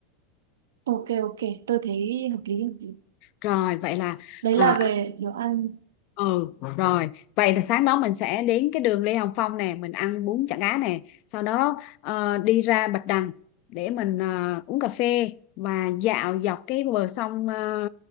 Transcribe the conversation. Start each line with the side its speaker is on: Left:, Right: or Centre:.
Right: ok, ok, tôi thấy hợp lý, hợp lý.
Left: rồi vậy là
Right: Đấy
Left: ờ,
Right: là
Left: ăn
Right: về đồ ăn.
Left: ừ rồi vậy là sáng đó mình sẽ đến cái đường Lê Hồng Phong nè mình ăn bún chả cá nè sau đó ờ, đi ra Bạch Đằng để mình ờ, uống cà phê và dạo dọc cái bờ sông ờ,